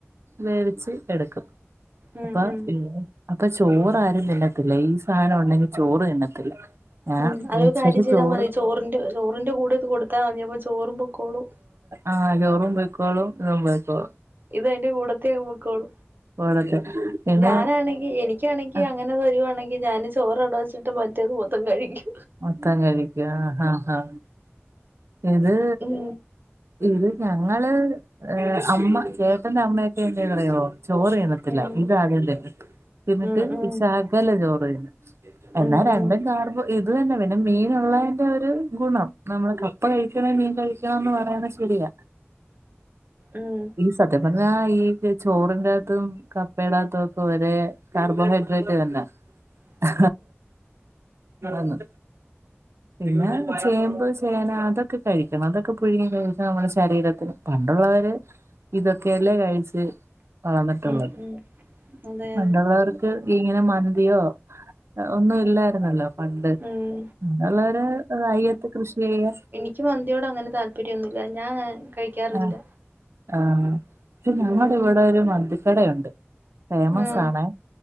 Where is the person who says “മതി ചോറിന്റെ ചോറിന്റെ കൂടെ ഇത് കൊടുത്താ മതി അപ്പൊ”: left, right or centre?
Right